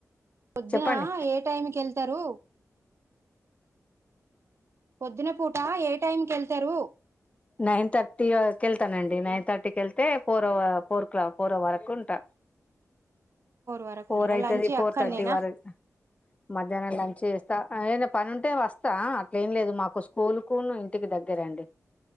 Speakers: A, on the right; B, on the left.
A: పొద్దునా
B: చెప్పండి
A: ఏ టైం కి వెళ్తా తారు పొద్దున పూట ఏ టైంకి వెళ్తారు
B: నైన్ థర్టీ వెళ్తానండి నైన్ థర్టీకి వెళ్తే ఫోర్ ఓ ఫోర్ క్లాక్ ఫోర్ వరకు ఉంటా,
A: వరకు
B: ఫోర్
A: ఉంటారా
B: అయితాది
A: లంచ్
B: ఫోర్
A: అక్కడనేనా
B: థర్టీ వరకు మధ్యాహ్నం లంచ్ చేస్తా ఏ పని ఉంటే అంటే వస్తా అట్లేం లేదు మాకు స్కూల్ కు ఇన్, ఇంటికి దగ్గరే అండి